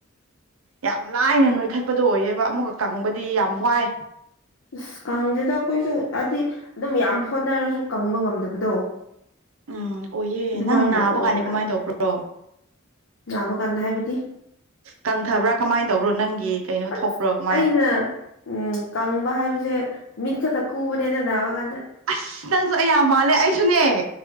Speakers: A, on the right; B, on the left.
A: ꯌꯥꯝ ꯂꯥꯏꯅ ꯅꯣꯏꯈꯠꯄꯗꯣ ꯑꯣꯏꯌꯦꯦꯕ ꯑꯃꯨꯛꯒ ꯀꯪꯕꯗꯤ ꯌꯥꯝ ꯋꯥꯏ
B: ꯑꯁ ꯀꯪꯗꯦꯗ ꯑꯩꯈꯣꯏꯁꯨ ꯍꯥꯏꯗꯤ ꯑꯗꯨꯝ ꯌꯥꯝ ꯍꯣꯠꯅꯔꯁꯨ ꯀꯪꯕ ꯉꯝꯗꯕꯗꯣ
A: ꯎꯝ ꯑꯣꯏꯌꯦ
B: ꯑꯗꯨꯃꯥꯏꯅ
A: ꯅꯪ ꯅꯥꯕ
B: ꯑꯣꯏꯌꯦ
A: ꯀꯥꯟꯗ ꯀꯃꯥꯏꯅ
B: ꯑꯁ
A: ꯇꯧꯕ꯭ꯔꯣ
B: ꯅꯥꯕ ꯀꯥꯟꯗ ꯍꯥꯏꯕꯗꯤ
A: ꯀꯪꯊꯕ꯭ꯔꯥ ꯀꯃꯥꯏꯅ ꯇꯧꯕ꯭ꯔꯣ ꯅꯪꯒꯤ ꯀꯩꯅꯣ
B: ꯑꯁ
A: ꯊꯣꯛꯄ꯭ꯔꯣ ꯀꯃꯥꯏ
B: ꯑꯩꯅ ꯎ ꯀꯪꯕ ꯍꯥꯏꯕꯁꯦ ꯃꯤꯠ ꯃ ꯇ ꯀꯨꯕꯅꯤꯅꯅꯅꯥꯑꯒꯥꯟꯗ
A: ꯑꯁ ꯅꯪꯁꯨ ꯑꯩ ꯌꯥꯝ ꯃꯥꯜꯂꯦ ꯑꯩꯁꯨꯅꯦ